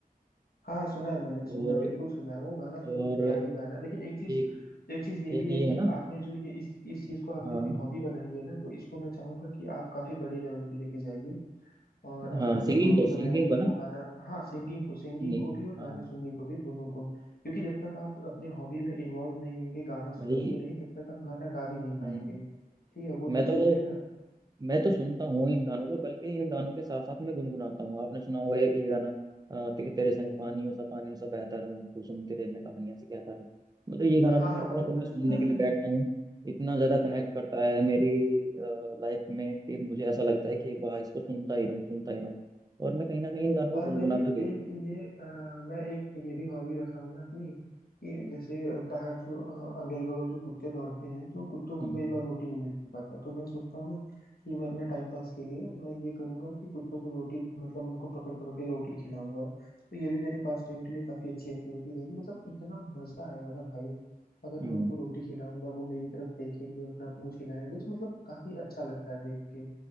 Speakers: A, on the left; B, on the right.
A: हाँ सुना है मैंने सुना
B: और
A: है बिल्कुल सुना है वो गाना तो
B: और
A: मतलब क्या ही गाना लेकिन एक चीज
B: एक
A: एक चीज ये
B: एक
A: भी
B: ये
A: है कि
B: है ना
A: आपने जो ये इस इस चीज को आपने
B: हाँ
A: अपनी हॉबी बनाई है ना तो इसको मैं चाहूंगा कि आप काफी बड़े लेवल पे लेके जाइए और अगर
B: हाँ
A: आपने
B: सिंगिंग
A: हॉबी
B: को
A: बनाया
B: सिंगिंग
A: है कि
B: को
A: आपको
B: ना
A: गाना हाँ सिंगिंग को सिंगिंग
B: सिंगिंग
A: को
B: को
A: भी और गाना
B: हाँ
A: सुनने को भी दोनों को क्योंकि जब तक आप अपने हॉबी में इन्वॉल्व नहीं होंगे गाना सुनेंगे
B: भाई
A: नहीं तब तक आप गाना गा भी नहीं
B: हम्म,
A: पाएंगे ठीक है वो तो
B: मैं
A: चीज
B: तो
A: है ना
B: मैं तो सुनता हूँ इन गानों को बल्कि इन गानों के साथ साथ मैं गुनगुनाता हूँ आपने सुना होगा एक ये गाना अ, ते, कि तेरे संग पानियों सा पानियों सा बहता रहूं तू सुनते रहे मैं कहानियां से कहता रहूँ मतलब ये गाना
A: हाँ
B: भी
A: हाँ
B: मेरे को
A: वो
B: ना
A: तो
B: जब
A: मैंने
B: मैं सुनने
A: सुना
B: के
A: है
B: लिए बैठता हूँ इतना ज्यादा कनेक्ट करता है मेरी लाइफ में कि मुझे ऐसा लगता है कि वाह इसको सुनता ही रहूँ सुनता ही रहूँ और मैं कहीं ना कहीं इन गानों को
A: और
B: गुनगुनाता
A: मेरी
B: भी
A: एक
B: हूँ
A: ये अ, मैं एक ये भी हॉबी रख रहा हूँ ना अपनी कि जैसे बाहर जो अ, अगल बगल जो कुत्ते दौड़ते हैं तो कुत्तों को
B: हम्म
A: कई बार रोटी नहीं मिल पाता तो मैं सोचता हूँ ना कि मैं अपना टाइम पास के लिए मैं ये करूंगा कि कुत्तों को रोटी मतलब उनको पकड़ पकड़ के रोटी खिलाऊंगा तो ये भी मेरे पास टाइम के लिए काफी अच्छी एक्टिविटी रहेगी मतलब इतना मजा आएगा ना भाई अगर
B: हम्म,
A: मैं उनको रोटी खिलाऊंगा वो मेरी तरफ देखेंगे अपना पूंछ हिलाएंगे तो मतलब काफी अच्छा लगता है देख के